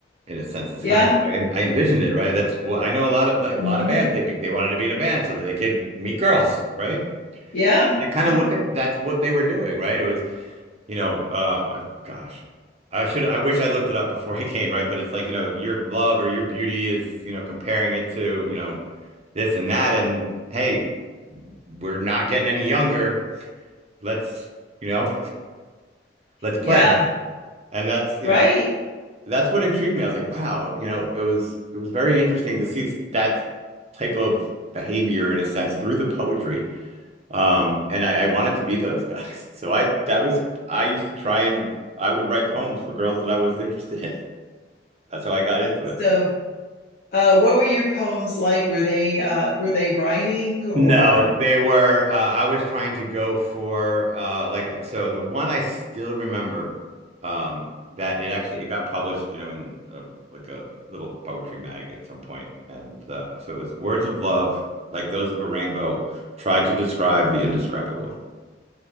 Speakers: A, on the right (about 35°); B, on the left (about 50°).
A: in a sense. It's
B: yeah
A: kind of how I, I envisioned it, right? That's what I know a lot of like a
B: mm-hmm.
A: lot of bands they be, they wanted to be in a band so that they could meet girls, right?
B: yeah
A: And I kind
B: yeah
A: of look at that's what they were doing, right? It was, you know, um, I gosh, I should I wish I looked it up before I came, right? But it's like, you know, your love or your beauty is, you know, comparing it to, you know, this and that and hey, we're not getting any younger. Let's, you know, let's play.
B: yeah
A: And that's, you
B: right
A: know, that's what intrigued me. I was like, wow, you know, it was it was very interesting to see that type of behavior in a sense through the poetry. Um, and I, I wanted to be those guys. <laughs> So I that was I used to try and I would write poems for girls that I was interested in. That's how I got into it.
B: so uh what were your poems like were they uh were they rhyming or
A: No, they were. Uh, I was trying to go for uh, like uh, so. The one I still remember um, that it actually it got published, you know, in a, like a little poetry mag at some point, and uh, so it was words of love, like those of a rainbow, try to describe the indescribable.